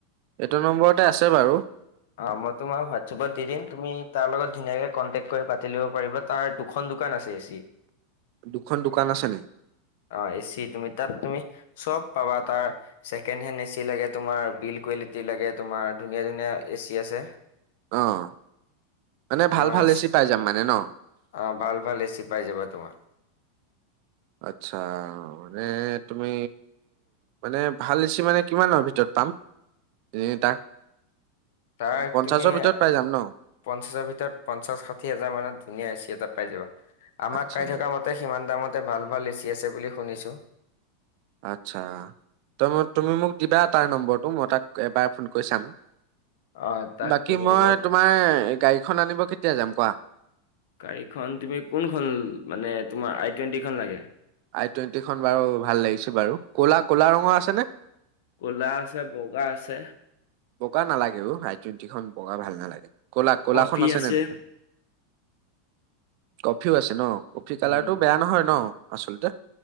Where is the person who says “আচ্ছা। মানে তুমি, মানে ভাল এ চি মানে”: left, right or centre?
Right